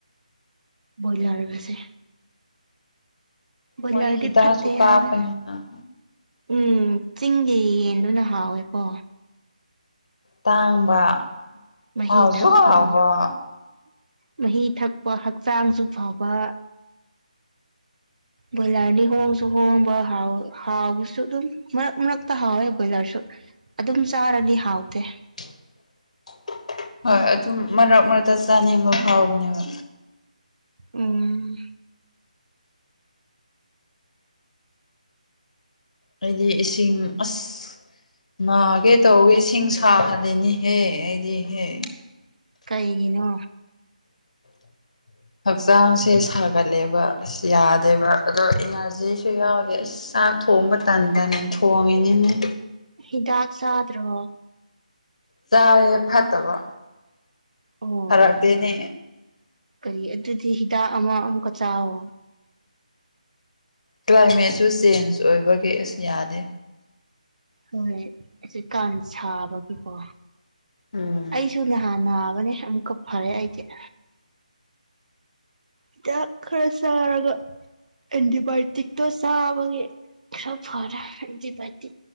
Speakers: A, on the right (about 65°); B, on the left (about 55°).
A: ꯏꯂꯔꯒꯁꯦ ꯕꯣꯂꯔꯗꯤ
B: ꯃꯣꯏꯗꯤ ꯍꯤꯗꯥꯛꯁꯨ
A: ꯐꯠꯇꯦ
B: ꯀꯥꯞꯄꯅꯤꯅ
A: ꯍꯥꯏꯕꯅ ꯎꯝ ꯆꯤꯡꯒꯤ ꯌꯦꯟꯗꯨꯅ ꯍꯥꯎꯋꯦꯀꯣ
B: ꯇꯥꯡꯕ
A: ꯃꯍꯤ
B: ꯍꯥꯎꯖꯣ
A: ꯊꯛꯄꯗꯣ
B: ꯍꯥꯎꯕ
A: ꯃꯍꯤ ꯊꯛꯄ ꯍꯛꯆꯥꯡꯁꯨ ꯐꯕ ꯕꯂꯔꯅꯤ ꯍꯣꯁꯨ ꯍ ꯍꯥꯎ ꯍꯥꯎꯁꯨ ꯑꯗꯨꯝ ꯃꯛꯇ ꯍꯥꯎꯦ ꯂꯔꯁꯨ ꯑꯗꯨꯝ ꯆꯥꯔꯗꯤ ꯍꯥꯎꯇꯦ
B: <inaudible> ꯍꯣꯏ ꯑꯗꯨꯝ ꯃꯔꯛ ꯃꯔꯛꯇ ꯆꯥꯅꯤꯡꯕ ꯐꯥꯎꯕꯅꯦꯕ
A: ꯎꯝ
B: ꯍꯥꯏꯗꯤ ꯏꯁꯤꯡ ꯑꯁ ꯃꯥꯒꯦ ꯇꯧꯋꯤ ꯏꯁꯤꯡ ꯁꯥꯍꯜꯂꯤꯅꯤꯍꯦ ꯑꯩꯗꯤ ꯍꯦ
A: ꯀꯩꯒꯤꯅꯣ
B: <inaudible> ꯍꯛꯆꯥꯡꯁꯦ ꯁꯥꯒꯠꯂꯦꯕ ꯑꯁ ꯌꯥꯗꯦꯕ ꯑꯗꯣ ꯏꯅꯔꯖꯤꯁꯨ ꯌꯥꯎꯋꯦ ꯑꯁ ꯆ ꯊꯣꯡꯕ ꯇ ꯇꯟ ꯊꯣꯡꯉꯦꯅꯤꯅꯦ
A: ꯏꯥꯛꯁꯗ꯭ꯔꯣ
B: ꯆꯥꯦ ꯐꯠꯇꯕ
A: ꯑꯣ
B: ꯐꯔꯛꯇꯦꯅꯦ
A: ꯀꯔꯤ ꯑꯗꯨꯗꯤ ꯍꯤꯗꯥꯛ ꯑꯃ ꯑꯃꯨꯛꯀ ꯆꯥꯋꯣ
B: ꯀ꯭ꯂꯥꯏꯃꯦꯠꯁꯨ ꯆꯦꯟꯖ ꯑꯣꯏꯕꯒꯤ ꯑꯁ ꯌꯥꯗꯦ
A: ꯍꯣꯏꯣꯏ ꯑꯩꯀꯥꯟ ꯁꯥꯕꯒꯤꯀꯣ
B: ꯎꯝ
A: ꯑꯩꯁꯨ ꯅꯍꯥꯟ ꯑꯅꯦ ꯑꯃꯀ ꯐꯔꯦꯏꯗꯤꯦ ꯍꯤꯗꯥꯛ ꯈꯔ ꯆꯥꯔꯒ ꯑꯦꯟꯇꯤꯕꯥꯌꯣꯇꯤꯛꯇꯣ ꯆꯥꯕꯒꯤ ꯈ ꯐꯔ ꯕꯇ